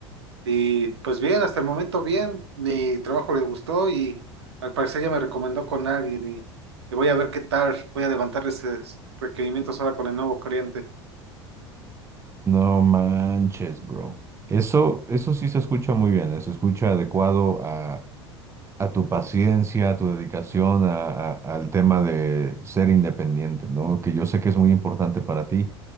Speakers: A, on the right; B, on the right.
A: y pues bien, hasta el momento bien, mi trabajo le gustó y al parecer ya me recomendó con alguien y, y voy a ver qué tal, voy a levantar esos requerimientos ahora con el nuevo cliente.
B: No manches, bro. Eso, eso sí se escucha muy bien, eh, Se escucha adecuado a, a tu paciencia, a tu dedicación, a- a- al tema de ser independiente, ¿no? Que yo sé que es muy importante para ti.